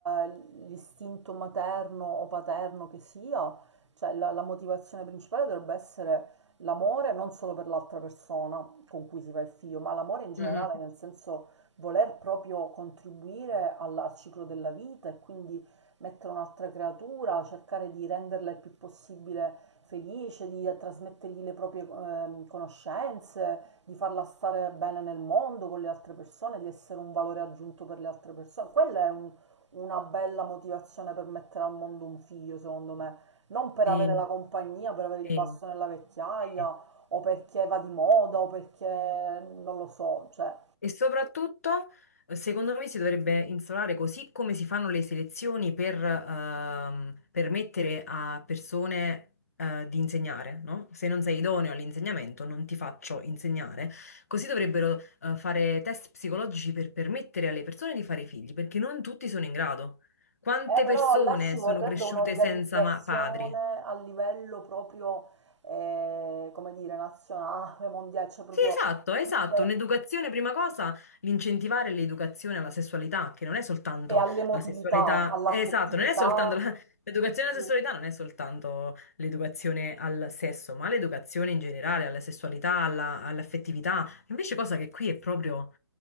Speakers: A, on the right (about 80°); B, on the left (about 30°).
A: l'istinto materno o paterno che sia, cioè, la, la motivazione principale dovrebbe essere l'amore non solo per l'altra persona con cui si fa il figlio, ma l'amore in generale,
B: Mm, mm.
A: nel senso voler proprio contribuire alla- al ciclo della vita e quindi mettere un'altra creatura, cercare di renderla il più possibile felice, di trasmettergli le proprie ehm, conoscenze, di farla stare bene nel mondo con le altre persone, di essere un valore aggiunto per le altre persone. Quella è un- una bella motivazione per mettere al mondo un figlio, secondo me. Non per
B: Sì,
A: avere la compagnia, per avere il
B: sì,
A: basso nella vecchiaia,
B: sì.
A: o perché va di moda, o perché non lo so, cioè
B: E soprattutto, eh, secondo me, si dovrebbe instaurare così come si fanno le selezioni per ehm, permettere a persone eh, di insegnare, no? Se non sei idoneo all'insegnamento, non ti faccio insegnare. Così dovrebbero eh, fare test psicologici per permettere alle persone di fare figli, perché non tutti sono in grado. Quante
A: Eh, però
B: persone
A: là ci
B: sono
A: vorrebbe
B: cresciute
A: un'organizzazione
B: senza ma- padri?
A: a livello proprio, eh, come dire, nazionale, mondiale, cioè proprio
B: Sì, esatto, esatto.
A: eh,
B: Un'educazione, prima cosa, l'incentivare l'educazione alla sessualità, che non è soltanto
A: e all'emotività,
B: la sessualità,
A: all'affettività.
B: esatto, non è soltanto la- l'educazione
A: Sì,
B: alla sessualità, non è soltanto l'educazione al sesso, ma l'educazione in generale, alla sessualità, alla- all'affettività. Invece cosa che qui è proprio